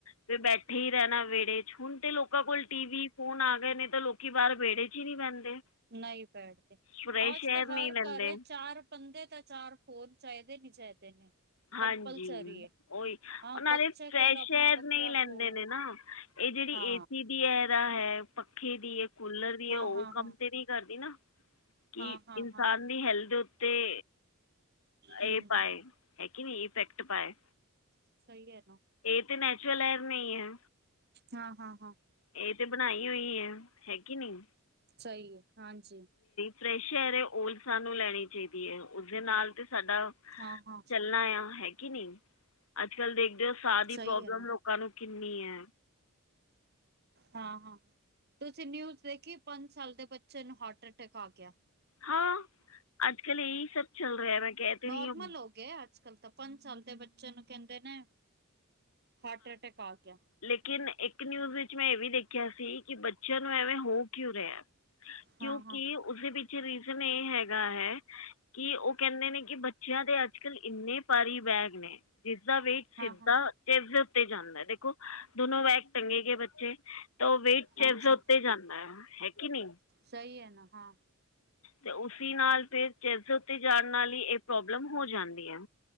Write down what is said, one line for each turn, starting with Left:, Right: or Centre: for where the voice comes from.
Left: ਫਿਰ ਬੈਠੇ ਹੀ ਰਹਿਣਾ ਵਿਹੜੇ ਚ, ਹੁਣ ਤੇ ਲੋਕਾਂ ਕੋਲ, ਟੀ ਵੀ, ਫੋਨ ਆ ਗਏ ਨੇ, ਤਾਂ ਲੋਕੀ ਬਾਹਰ ਵਿਹੜੇ ਚ ਹੀ ਨਹੀਂ ਬਹਿੰਦੇ।
Right: ਨਹੀਂ ਬੈਠਦੇ,
Left: ਫਰੈਸ਼
Right: ਅਜ
Left: ਏਅਰ
Right: ਤਾਂ ਹਰ
Left: ਨਹੀਂ ਲੈਂਦੇ
Right: ਘਰੇ ਚਾਰ ਬੰਦੇ ਤਾਂ ਚਾਰ ਫੋਨ ਚਾਹੀਦੇ। ਦਿਨ ਚਾਹੀਦੇ ਨੇ
Left: ਹਾਂਜੀ
Right: ਕੰਪਲਸਰੀ ਹੈ
Left: ਔਹੀ,
Right: ਹਾਂ
Left: ਉਹਨਾਂ
Right: ਬੱਚੇ
Left: ਦੇ ਫਰੈਸ਼
Right: ਕੋਲ ਆਪਣਾ
Left: ਏਅਰ
Right: ਵੱਖਰਾ
Left: ਨਹੀਂ ਲੈਂਦੇ
Right: ਫੋਨ
Left: ਨੇ ਨਾ ਇਹ ਜਿਹੜੀ
Right: ਹਾਂ
Left: ਏ ਸੀ ਦੀ ਹੈਦਾ ਹੈ, ਪੱਖੇ ਦੀ ਕੂਲਰ ਵੀ
Right: ਹਾਂ
Left: ਔਹ
Right: ਹਾਂ
Left: ਕੰਮ
Right: ਹਾਂ
Left: ਤੇ ਨੀ ਕਰਦੀ ਨਾ, ਕਿ
Right: ਹਾਂ ਹਾਂ
Left: ਇਨਸਾਨ
Right: ਹਾਂ
Left: ਦੀ ਹੈਲਥ ਤੇ
Right: ਹਮ
Left: ਇਹ ਪਾਏ, ਹੈਗੀ ਨੀ ਇਫੈਕਟ ਪਾਏ
Right: ਸਹੀ ਹੈ ਨਾ
Left: ਏਹ ਤੇ ਨੈਚੁਰਲ <unintelligible> ਨਹੀਂ ਹੈ
Right: ਹਾਂ ਹਾਂ ਹਾਂ।
Left: ਏਹ ਤੇ ਬਣਾਈ ਹੋਈ ਹੈ ਹੈ ਕੇ ਨੀ।
Right: ਸਹੀ ਹੈ ਹਾਂਜੀ।
Left: ਫਰੈਸ਼ ਏਅਰ ਏ ਓਹ ਵੀ ਸਾਨੂੰ ਲੈਣੀ ਚਾਹੀਦੀ ਹੈ ਉਸਦੇ ਨਾਲ ਤੇ। ਸਾਡਾ
Right: ਹਾਂ ਹਾਂ
Left: ਚੱਲਣਾ ਆ ਹੈ ਕੇ ਨੀ ਅੱਜ ਕੱਲ ਦੇ ਏ ਸਾਰੀ
Right: ਸਹੀ
Left: ਪ੍ਰੋਬਲਮ
Right: ਹੈ ਨਾ
Left: ਲੋਕਾਂ ਨੂੰ ਕਿੰਨੀ ਏ।
Right: ਹਾਂ ਹਾਂ ਤੁਸੀਂ ਨਿਊਜ਼ ਦੇਖੀ ਪੰਜ ਸਾਲ ਦੇ ਬੱਚੇ ਨੂੰ ਹਾਰਟ ਅਟੈਕ ਆ ਗਿਆ।
Left: ਹਾਂ ਅੱਜ ਕੱਲ ਇਹੀ ਸਭ ਚੱਲ ਰਿਹਾ ਮੈਂ ਕਹਿ ਤੇ
Right: ਨੋਰਮਲ
Left: ਰਹੀ ਆਂ।
Right: ਹੋ ਗਏ ਅੱਜ ਕਾਲ ਤੇ ਪੰਜ ਸਾਲ ਦੇ ਬੱਚੇ ਨੂੰ ਕਹਿੰਦੇ ਨੇ ਹਾਰਟ ਅਟੈਕ ਆ ਗਿਆ।
Left: ਲੇਕਿਨ ਇੱਕ ਨਿਊਜ਼ ਵਿੱਚ ਮੈਂ ਇਹ ਵੀ ਦੇਖਿਆ ਸੀ ਕਿ ਬੱਚਿਆਂ ਨੂੰ ਐਵੇਂ ਹੋ ਕਿਉ ਰਿਹਾ? ਕਿਉਂਕਿ
Right: ਹਾਂ ਹਾਂ
Left: ਉਸਦੇ ਪਿੱਛੇ ਰੀਜ਼ਨ ਇਹ ਹੈਗਾ ਹੈ, ਕਿ ਉਹ ਕਹਿੰਦੇ ਨੇ ਕਿ ਬੱਚਿਆਂ ਦੇ ਅੱਜ ਕੱਲ੍ਹ ਇੰਨੇ ਪਾਰੀ ਬੈਗ ਨੇ, ਜਿਸਦਾ ਵੇਟ ਸਿੱਧਾ
Right: ਹਾਂ ਹਾਂ
Left: <unintelligible> ਦੇ ਉੱਤੇ ਜਾਂਦਾ ਦੇਖੋ ਦੋਨੋ ਵੈਕ ਟੰਗੇ ਗਏ ਬੱਚੇ। ਤਾਂ ਉਹ ਵੇਟ ਚੇਸਟ
Right: ਅੱਛਾ
Left: ਦੇ ਉੱਤੇ ਜਾਂਦਾ ਹੈ ਕੇ ਨਹੀਂ।
Right: ਸਹੀ ਹੈ ਨਾ ਹਾਂ।
Left: ਤੇ ਉਸੀ ਨਾਲ ਫੇਰ ਚੇਸਟ ਦੇ ਉਤੇ ਜਾਣ ਨਾਲ ਹੀ ਏਹ ਪ੍ਰੋਬਲਮ ਹੋ ਜਾਂਦੀ ਆ।